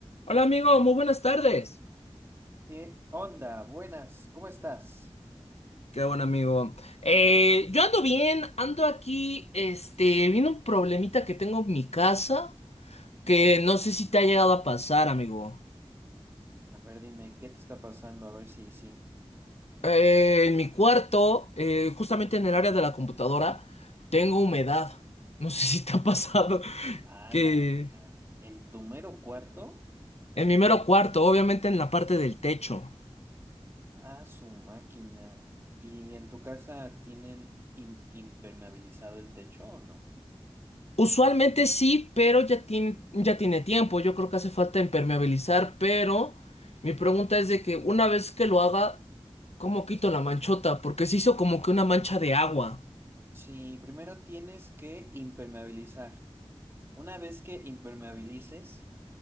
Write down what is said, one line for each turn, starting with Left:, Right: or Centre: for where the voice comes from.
Left: Hola amigo, muy buenas tardes.
Right: ¿Qué onda? Buenas, ¿cómo estás?
Left: Qué bueno amigo. Eh, yo ando bien, ando aquí, este, viene un problemita que tengo en mi casa que no sé si te ha llegado a pasar, amigo.
Right: A ver, dime, ¿qué te está pasando? A ver si sí.
Left: Eh, en mi cuarto, eh, justamente en el área de la computadora, tengo humedad. No sé si te ha pasado
Right: A
Left: que
Right: la ma- ¿En tu mero cuarto?
Left: en mi mero cuarto, obviamente en la parte del techo.
Right: Ah, su máquina. ¿Y en tu casa tienen im- impermeabilizado el techo o no?
Left: Usualmente sí, pero ya tiene, ya tiene tiempo. Yo creo que hace falta impermeabilizar, pero mi pregunta es de que una vez que lo haga, ¿cómo quito la manchota? Porque se hizo como que una mancha de agua.
Right: Sí, primero tienes que impermeabilizar. Una vez que impermeabilices,